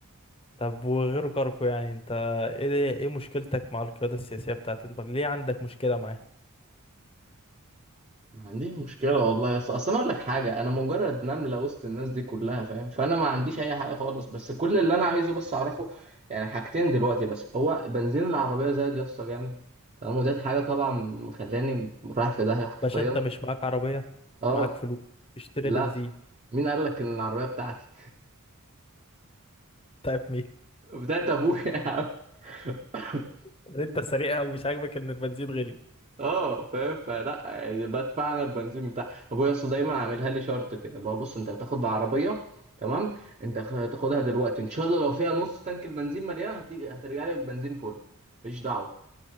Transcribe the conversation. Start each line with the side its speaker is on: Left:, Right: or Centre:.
Left: طب وغير جاركو يعني انت ايه ايه مشكلتك مع القيادة السياسية بتاعت البلد ليه عندك مشكلة معاه
Right: ما عنديش مشكلة والله يا اسطى اصل انا اقول لك حاجة انا مجرد نملة وسط الناس دي كلها فاهم فانا ما عنديش اي حاجة خالص بس كل اللي انا عايزه بس اعرفه يعني حاجتين دلوقتي بس هو بنزين العربية زاد يا اسطى جامد تمام وديت حاجة طبعا مخلاني رايح في داهية حرفيا
Left: باشا انت مش معاك عربية
Right: اه
Left: معاك فلوس اشتري
Right: لا
Left: بنزين
Right: مين قال لك ان العربية بتاعتي
Left: <laughs> طيب مين
Right: <laughs> بتاعت ابويا يا عم <laughs>
Left: يعني انت سريع أوي مش عاجبك ان البنزين غلي
Right: اه فاهم فلا يعني بدفع انا البنزين بتاع ابويا اصل دايما عاملها لي شرط كده اللي هو بص انت هتاخد العربيه تمام انت خ- هتاخدها دلوقتي ان شاء الله لو فيها نص تانك البنزين مليان هتيجي هترجع لي بالبنزين فل مفيش دعوه